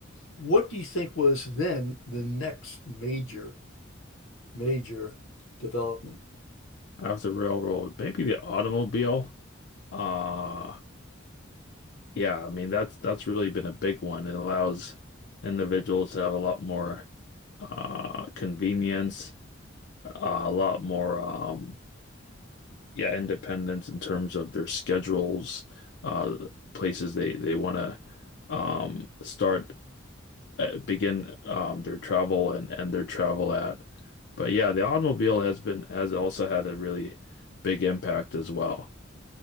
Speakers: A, on the left; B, on the left.
A: what do you think was then the next major, major development?
B: after railroad, maybe the automobile. Uh, yeah, I mean that's that's really been a big one. It allows individuals to have a lot more uh, convenience, uh, a lot more um, yeah, independence in terms of their schedules, uh, places they they want to um, start uh, begin um, their travel and end their travel at. But yeah, the automobile has been has also had a really big impact as well.